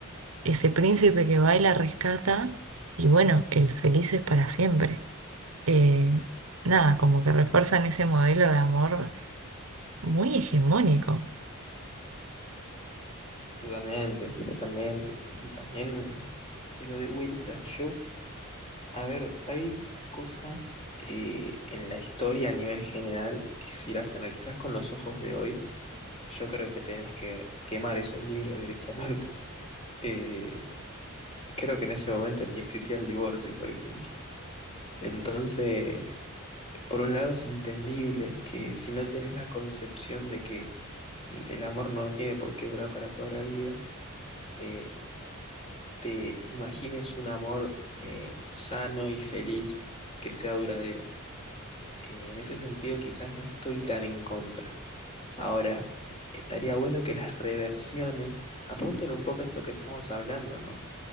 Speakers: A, on the right; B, on the left.
A: ese príncipe que baila rescata y bueno, el feliz es para siempre. Eh, nada, como que refuerzan ese modelo de amor muy hegemónico.
B: Totalmente, totalmente. Y también, pero de vuelta, yo, a ver, hay cosas eh, en la historia a nivel general que si las analizás con los ojos de hoy, yo creo que tenés que quemar esos libros directamente. <laughs> Eh, creo que en ese momento ni existía el divorcio, por ejemplo. Entonces, por un lado es entendible que si no tenés la concepción de que el amor no tiene por qué durar para toda la vida, eh, te imagines un amor eh, sano y feliz que sea duradero. Eh, en ese sentido, quizás no estoy tan en contra. Ahora, estaría bueno que las reversiones apunten un poco a esto que estamos hablando, ¿no?